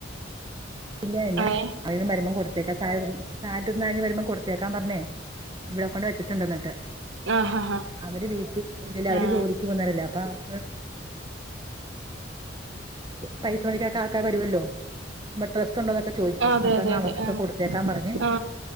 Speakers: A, on the right; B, on the right.
A: ഇല്ലേല്ല
B: ഏ
A: അതിന് മരുമോം കൊടുത്തേക്കാം സ സാധന് വരുമ്പം കൊടുത്തേക്കാൻ പറഞ്ഞേ ഇവിടെ കൊണ്ട് വെച്ചിട്ടുണ്ടെന്നിട്ട്
B: ആ ഹാ ഹാ
A: അവര് വീട്ടിൽ ഇതില് അവര്
B: ആ
A: ജോലിക്ക് പോന്നാറല്ലേ അപ്പൊ അവർക്ക് പൈസ മേടിക്കാക്കെ ആൾക്കാര് വരുവല്ലോ പ്പോ ഡ്രസ് ഉണ്ടോന്നൊക്കെ ചോദിക്കും
B: അതെ
A: അപ്പന്നാ
B: അതെ അതെ
A: അവർക്കൊക്കെ
B: ആ
A: കൊടുത്തേക്കാൻ പറഞ്ഞെ
B: ആ